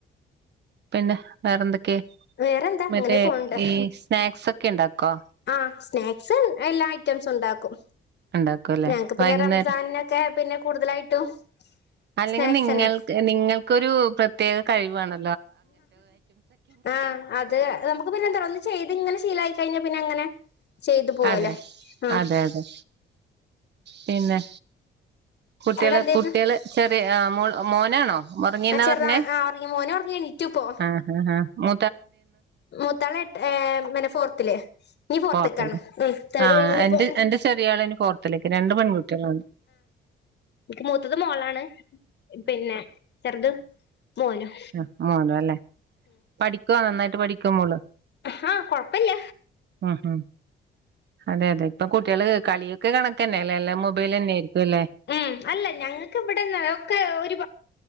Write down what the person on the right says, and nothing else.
പിന്നെ വേറെന്തൊക്ക
മറ്റേ
ഈ സ്നാക്സ് ഒക്കെ ഉണ്ടാക്കോ
ഉണ്ടാക്കും അല്ലേ
വൈകുന്നേരം
അല്ലെങ്കിൽ
നിങ്ങൾക്ക് നിങ്ങൾക്കൊരു പ്രത്യേക കഴിവാണ്
അതെ
അതെ അതെ പിന്നെ കുട്ടികള്
കുട്ടികള് ചെറിയ മോനാണോ.. ഉറങ്ങീന്നാ
പറഞ്ഞെ
ആഹ ആഹ് ആഹ മ
ഫോർത്തല്ലേ..
ആ
എന്റെ എന്റെ ചെറിയാളിനി ഫോർതിലേക്ക്.. രണ്ട് പെൺകുട്ടികളാണ്.. <inaudible>
ആ മോനാല്ലേ. പഠിക്വ... നന്നായിട്ട് പഠിക്കുവ മോള്
ഉം അതെ അതെ ഇപ്പൊ കുട്ടികള് കളിയൊക്കെ കണക്കന്നെ അല്ലേ.. എല്ലാം മൊബൈൽ തന്നെയായിരിക്കുംല്ല